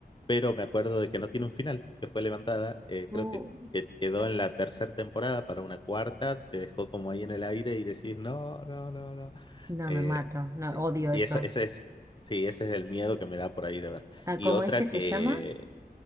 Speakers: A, on the left (about 30°); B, on the right (about 20°).
A: pero me acuerdo de que no tiene un final, que fue levantada. eh,
B: Uh,
A: creo que, que quedó en la tercera temporada para una cuarta, te dejó como ahí en el aire y decís, no, no, no, no.
B: No,
A: Eh,
B: me mato. No,
A: y
B: odio eso.
A: y eso, ese es, sí, ese es el miedo que me da por ahí de ver.
B: Ah,
A: Y
B: ¿Cómo
A: otra
B: es que se
A: que,
B: llama?